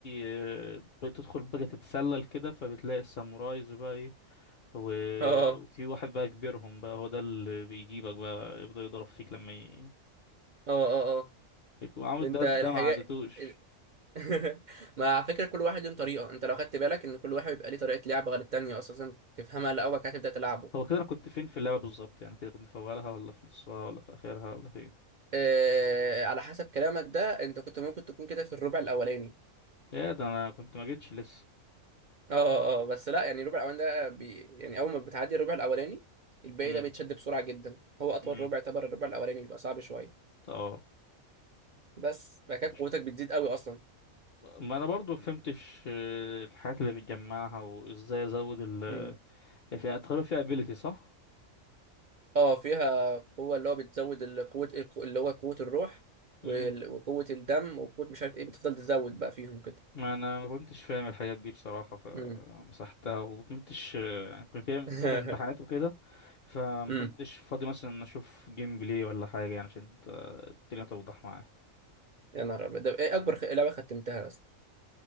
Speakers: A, on the left; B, on the right.
A: آه، بتدخل بقى تتسلل كده فبتلاقي السامورايز بقى ايه و-
B: اه اه
A: وفي واحد بقى كبيرهم بقى هو ده اللي بيجيبك بقى يفضل يضرب فيك لما ي...
B: اه اه آه.
A: يكون عامل
B: ده انت
A: ده ده
B: الحاجه
A: ما عدتوش
B: ال- <laughs> مع فكره كل واحد له طريقه انت لو خدت بالك ان كل واحد بيبقى ليه طريقه لعب غير التانيه اساسا تفهمها الاول كده تبدا تلعبه
A: هو كده انا كنت فين في اللعبه بالظبط يعني كده كنت في اولها ولا في نصها ولا في اخرها ولا فين
B: آه على حسب كلامك ده انت كنت ممكن تكون كده في الربع الاولاني
A: ايه ده انا كنت ما جيتش لسه
B: اه اه اه، بس لا يعني الربع الاولاني ده بي يعني اول ما بتعدي الربع الاولاني الباقي
A: امم
B: ده بيتشد بسرعه جدا هو اطول
A: امم
B: ربع يعتبر الربع الاولاني بيبقى صعب شويه
A: اه
B: بس بعد كده
A: ماشي.
B: قوتك بتزيد قوي اصلا
A: ما انا برضو ما فهمتش آه، الحاجات اللي بتجمعها وازاي ازود ال
B: امم
A: فيها تقريبا فيها ابيليتي صح
B: اه فيها قوه اللي هو بتزود ال- قوه الق- اللي هو قوه الروح
A: امم
B: وال- وقوه الدم وقوه مش عارف ايه بتفضل تزود بقى فيهم كده
A: ما انا ما كنتش فاهم الحاجات دي بصراحه فمسحتها
B: امم
A: وما كنتش آه، يعني كنت في
B: <laughs>
A: فتره امتحانات وكده فما
B: امم
A: كنتش فاضي مثلا اشوف جيم بلاي ولا حاجه يعني عشان آه، الدنيا توضح معايا
B: يا نهار ابيض ده ايه اكبر خ- لعبه ختمتها اصلا